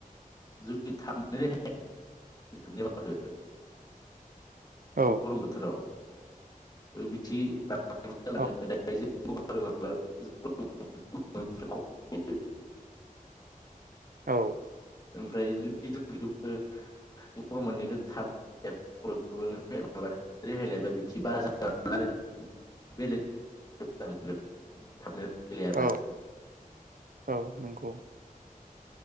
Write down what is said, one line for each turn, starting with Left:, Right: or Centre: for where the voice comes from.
Left: जु थाबनो रे <unintelligible>
Right: औ
Left: गरम बोथोराव बिथि <unintelligible>
Right: औ औ।
Left: ओमफ्राय जुदिखौ गवा मोननैखौ थाबाय रायलायबा बिदि बारा जोन आरो थाबनो रेहाय लायाबा
Right: औ औ नंगौ।